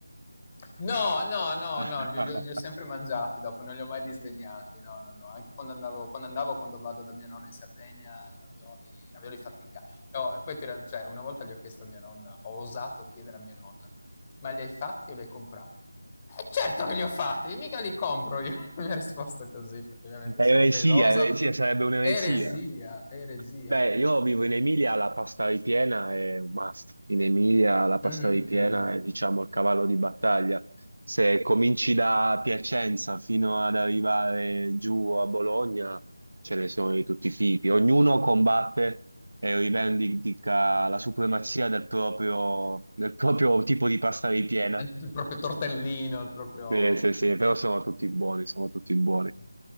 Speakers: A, on the left; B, on the right.
A: No, no, no,
B: <laughs>
A: no, li, li ho li ho sempre mangiati dopo, non li ho mai disdegnati. No, no, no, anche quando andavo quando andavo quando vado da mia nonna in Sardegna i ravioli i ravioli fatti in ca oh, e poi ti ra cioè una volta gli ho chiesto a mia nonna, ho osato chiedere a mia nonna: "Ma li hai fatti o li hai comprati?" "Eh certo che li ho fatti, mica li compro io." <laughs> Mi ha risposto così, perché ovviamente
B: Eresia,
A: si è offesa. Ho usa
B: eresia, sarebbe un'eresia.
A: eresia, eresia.
B: Beh, io vivo in Emilia, la pasta ripiena è un must. In Emilia la pasta
A: Mh,
B: ripiena
A: mh.
B: è, diciamo, il cavallo di battaglia. Se cominci da Piacenza fino ad arrivare giù a Bologna, ce ne sono di tutti i tipi. Ognuno combatte e rivendica la supremazia del proprio, del proprio tipo di pasta ripiena.
A: Il il proprio tortellino, il proprio
B: Sì, sì, sì, però sono tutti buoni, sono tutti buoni.
A: mm-hmm.